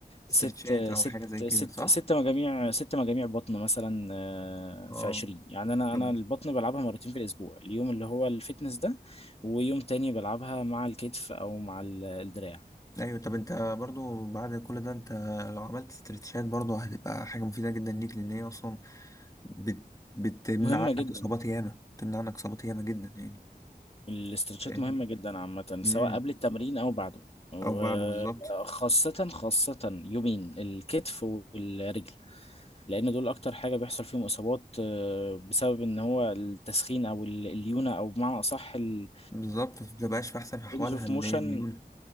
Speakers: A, on the left (about 20°); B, on the left (about 40°).
A: استرتشات
B: ست
A: أو
B: ست
A: حاجة زي كده
B: ست
A: صح؟
B: ست مجاميع ست مجاميع بطن مثلا آه،
A: اه
B: في 20 يعني انا
A: طب
B: انا البطن بلعبها مرتين في الاسبوع اليوم اللي هو الفتنس ده ويوم تاني بلعبها مع الكتف او مع ال- الدراع
A: أيوة طب أنت برضو بعد كل ده أنت لو عملت استرتشات برضو هتبقى حاجة مفيدة جدا ليك لأن هي أصلا بت... بتمنع
B: مهمة جدا
A: عنك إصابات ياما بتمنع عنك إصابات ياما جدا يعني
B: الاسترتشات
A: فاهمني؟
B: مهمة جدا عامة
A: امم
B: سواء قبل التمرين أو بعده وخاصة
A: أو بعده بالظبط
B: خاصة يومين الكتف والرجل لأن دول أكتر حاجة بيحصل فيهم إصابات آه، بسبب إن هو التسخين أو ال- الليونة أو بمعنى أصح الرينج
A: بالظبط ما بتبقاش في أحسن أحوالها
B: اوف
A: اللي
B: موشن
A: هي الميونة